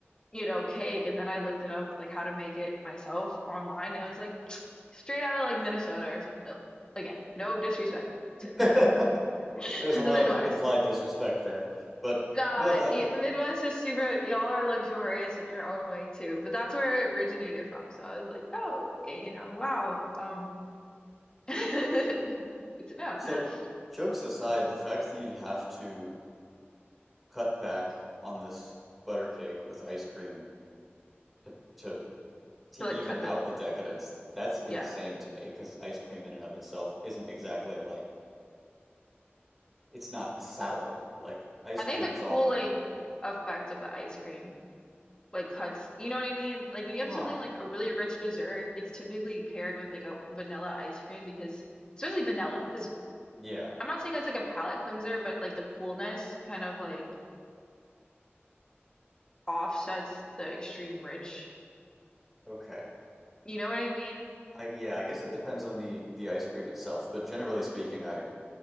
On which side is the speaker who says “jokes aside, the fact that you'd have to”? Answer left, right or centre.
Centre